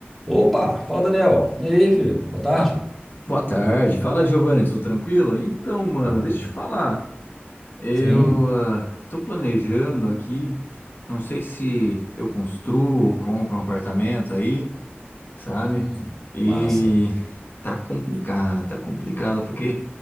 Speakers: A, in the centre; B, on the left.
A: Opa, fala Daniel. E aí, filho? Boa tarde.
B: Fa- Boa tarde. Fala, Giovanni, tudo tranquilo? Então, mano,
A: Oh,
B: deixa eu te falar. Eu
A: sim.
B: ah, tô planejando aqui. Não sei se eu construo ou compro um apartamento aí, sabe?
A: Hum,
B: E
A: massa.
B: tá complicado, tá complicado, porque